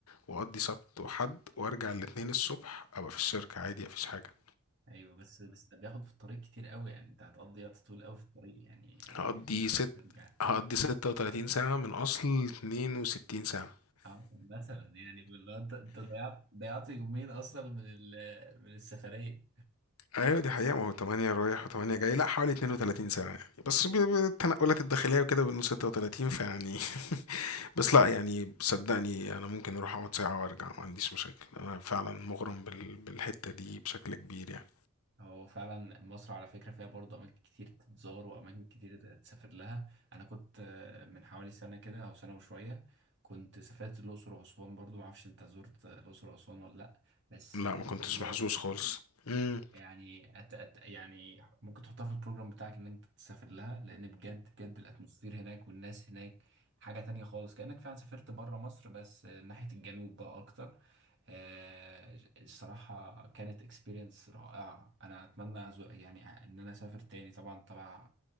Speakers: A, on the left; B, on the right.
A: واقضي سبت وحد وارجع الاتنين الصبح ابقى في الشركة عادي مفيش حاجة
B: ايوه بس بس ده بياخد في الطريق كتير قوي يعني انت هتقضي وقت طويل قوي في الطريق يعني اول
A: فهقضي
B: ما توصل
A: ست
B: وترجع
A: هقضي ستة وتلاتين ساعة من اصل اتنين وستين ساعة
B: آه، مثلا يعني والله انت انت ضيعت ضيعت يومين اصلا من ال- من السفريه
A: ايوه دي حقيقة ما هو تمانية رايح وتمانية جاي لا حوالي اتنين وتلاتين ساعة يعني بس ب- ب- التنقلات الداخلية وكده بنقول ستة وتلاتين فيعني <laughs> بس لا يعني صدقني انا ممكن اروح اقعد ساعة وارجع ما عنديش مشاكل انا فعلا مغرم بال... بالحتة دي بشكل كبير يعني
B: هو فعلا مصر على فكره فيها برضه اماكن كتير تتزار واماكن كتير تسافر لها انا كنت آه، من حوالي سنه كده او سنه وشويه كنت سافرت الاقصر واسوان برضه ما اعرفش انت زرت الاقصر واسوان ولا لا بس
A: لا
B: كانت
A: ما كنتش
B: جميله
A: محظوظ
B: قوي
A: خالص امم
B: يعني أت أت يعني ممكن تحطها في البروجرام بتاعك ان انت تسافر لها لان بجد بجد الاتموسفير هناك والناس هناك حاجة تانية خالص كأنك فعلا سافرت بره مصر بس آه، ناحية الجنوب بقى اكتر آه، الصراحة كانت اكسبيرينس رائعة انا اتمنى أزو- يعني ان انا اسافر تاني طبعا تبع